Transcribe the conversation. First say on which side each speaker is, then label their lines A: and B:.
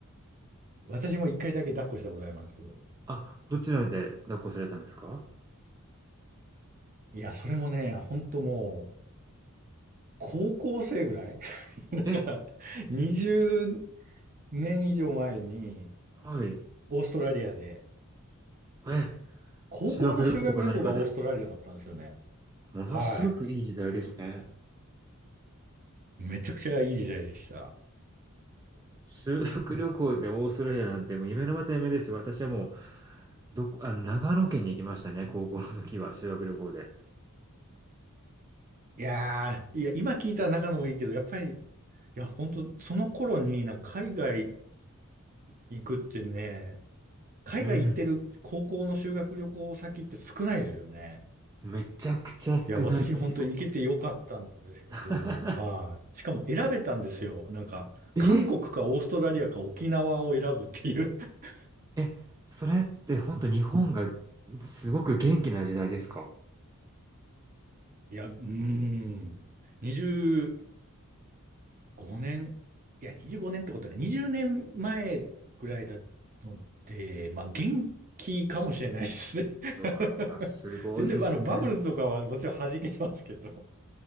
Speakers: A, on the right; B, on the right.
A: <laughs> 私も一回だけ抱っこしたことあります。
B: あ、どちらで抱っこされたんですか？
A: いや、それもね、本当もう、高校生ぐらい <laughs> だから、
B: え、
A: 20年以上前に、
B: はい。
A: オーストラリアで、
B: え、
A: 高校の修学旅行がオーストラリアだったんですよね。
B: 修学旅行か何かで。ものすごくいい時代ですね。
A: はい。めちゃくちゃいい時代でした。
B: 修学旅行でオーストラリアなんてもう夢のまた夢ですよ。私はもう、どこあの、長野県に行きましたね、高校の時は、修学旅行で。
A: いやー、いや、今聞いた中野もいいけど、やっぱり、いや、本当その頃になんか海外行くってね、海外行ってる高校の修学旅行先って少ないですよね。
B: うん、めちゃくちゃ少ないですよ。
A: いや、私本当に行けてよかったんですけど、
B: <laughs>
A: はい。しかも選べたんですよ。なんか、
B: え！
A: 韓国かオーストラリアか沖縄を選ぶっていう。<laughs>
B: え、それってほんと日本がすごく元気な時代ですか？
A: いや、うーん。25年、いや、25年ってことはね、20年前ぐらいだので、まあ、元気かもしれないですね。<laughs>
B: うわー、すごいですね。
A: 全然、あの、バブルとかはもちろん弾けてますけど。